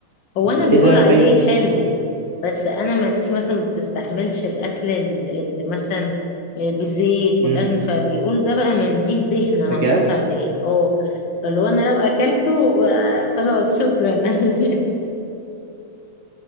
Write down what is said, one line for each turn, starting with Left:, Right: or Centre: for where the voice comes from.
Left: هو
Right: انت
Left: انا
Right: كده
Left: بيقول عليه
Right: فايتك
Left: حلو
Right: نص عمرك
Left: بس انا ما عنديش مثلا ما بتستحملش الاكل ال- اللي مثلا آه، بزيت
Right: امم
Left: والاكل فبيقول ده بقى منديل دهنه
Right: بجد
Left: محطوط عليه اه فلو انا لو اكلته آه، خلاص شكرا <laughs> أنا-